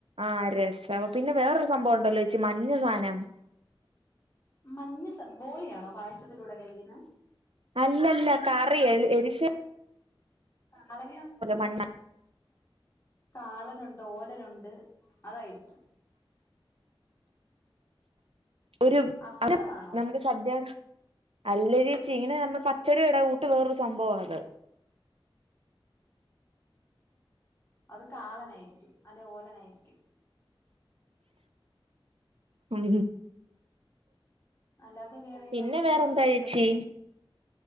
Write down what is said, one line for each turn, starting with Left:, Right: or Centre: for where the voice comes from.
Right: ആഹ രസം പിന്നെ വേറരു സംഭവം ഉണ്ടല്ലോ മഞ്ഞ സാനം
Left: മഞ്ഞ സം ബോളിയാണോ പായസത്തിലൂടെ കഴിക്കുന്ന
Right: അല്ലല്ല കറിയ എരിശ്ശേരി
Left: കാള
Right: മണ്ണ
Left: കാളനുണ്ട് ഓലനുണ്ട് അതായിരിക്കും
Right: ഒരു
Left: അസ്ത്രമാണോ
Right: നമ്മുക്ക് സദ്യ അല്ല ച്ചീ ഇങ്ങനെ നമ്മൾ പച്ചടിയുടെ ഊട്ട് വേറൊരു സംഭവമാണത്
Left: അത് കാളനായിരിക്കും അല്ലെ ഓലനായിരിക്കും
Right: മ്
Left: അല്ലാതെ വേറേതാ
Right: പിന്നെ
Left: മധുരവുള്ളത്
Right: വേറെന്താ ചേച്ചി
Left: കല്യാണ സദ്യ